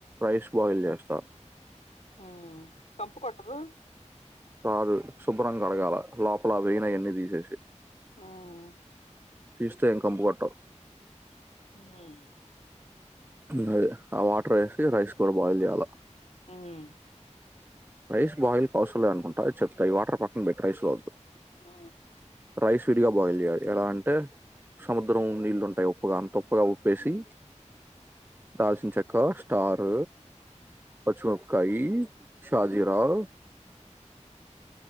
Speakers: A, on the right; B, on the left.
A: రైస్ బాయిల్ చేస్తారు
B: మ్మ్ కంపు కొట్టదు
A: రాదు శుభ్రం కడగాల లోపల ఆ విన ఆయన్ని తీసేసి
B: మ్మ్
A: తీస్తా ఏం కంపు కొట్టవ్
B: మ్మ్
A: అదే ఆ వాటర్ వేసి రైస్ కూడా బాయిల్ చేయాలా
B: మ్మ్
A: రైస్ బాయిల్ అవసరం లే అనుకుంటా అది చెప్త ఈ వాటర్ పక్కన బెటర్ రైస్ అవద్దు
B: ఆ
A: రైస్ విడిగా బాయిల్ చేయాలి ఎలా అంటే సముద్రం నీళ్ళు ఉంటాయి ఉప్పుగా అంత ఉప్పుగా ఉప్పేసి దాల్సిన చెక్క స్టార్ పచ్చిమిపకాయి షాజిరావు